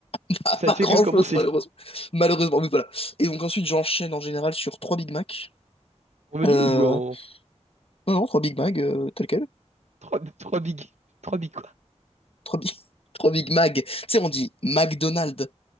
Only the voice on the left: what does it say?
<laughs> pas,
pas
grand-chose,
malheureusement. Malheureusement, oui, voilà. Et donc ensuite, j'enchaîne en général sur 3 Big Mac.
Euh,
non, non, 3 Big Mac, euh, tel quel.
3 Big, <laughs> 3 Big Mac. Tu sais, on dit McDonald's,